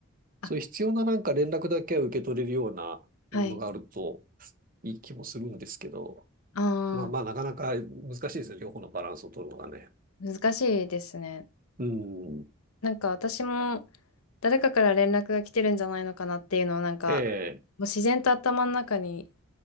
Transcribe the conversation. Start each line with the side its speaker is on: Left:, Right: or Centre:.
Right: そういう必要ななんか連絡だけは受け取れるようなものがあると、
Left: あ、はい。
Right: いい気もするんですけど、
Left: ああ。
Right: まあまあ、なかなか難しいですね。両方のバランスを取るのがね。
Left: 難しいですね。
Right: うん。
Left: なんか私も誰かから連絡が来てるんじゃないのかなっていうのをなんかもう自然と頭の中に
Right: ええ、